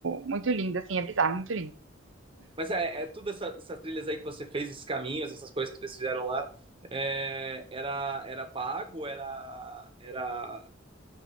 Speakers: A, on the right; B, on the right.
A: muito lindo, assim, é bizarro, muito lindo.
B: Mas é, é tudo essa, essas trilhas aí que você fez, esses caminhos, essas coisas que vocês fizeram lá. é, era, era pago? Era, era